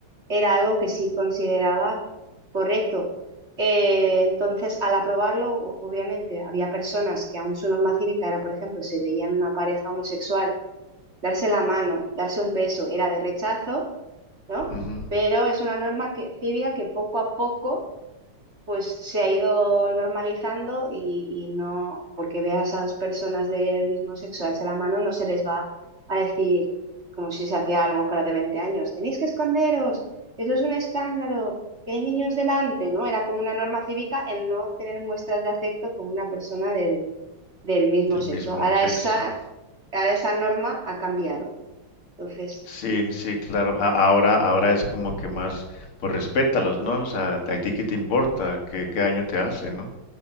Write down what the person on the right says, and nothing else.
era algo que sí consideraba correcto. Eh, entonces, al aprobarlo, o- obviamente, había personas que aún su norma cívica era, por ejemplo, se veían una pareja homosexual, darse la mano, darse un beso, era de rechazo, ¿no?
Pero es una norma que, cívica que poco a poco pues se ha ido normalizando y, y no, porque veas a dos personas del mismo sexo darse la mano, no se les va a decir como si se hacía algo con las de 20 años, tenéis que esconderos, eso es un escándalo, que hay niños delante, ¿no? Era como una norma cívica el no tener muestras de afecto con una persona del, del mismo
sexo.
Ahora
esa, ahora esa norma ha cambiado. Entonces,